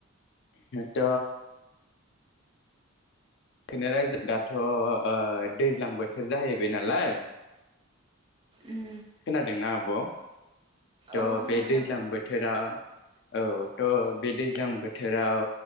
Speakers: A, on the left (about 60°); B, on the right (about 25°).
A: त' बेखौनो रायज्लाय दाथ' ओ दैज्लां बोथोर जाहैबाय नालाय।
B: उम
A: खोनादोंना आब'? थ'
B: औ खोनादों
A: बे दैज्लां बोथोरा औ थ' बे दैज्लां बोथोराव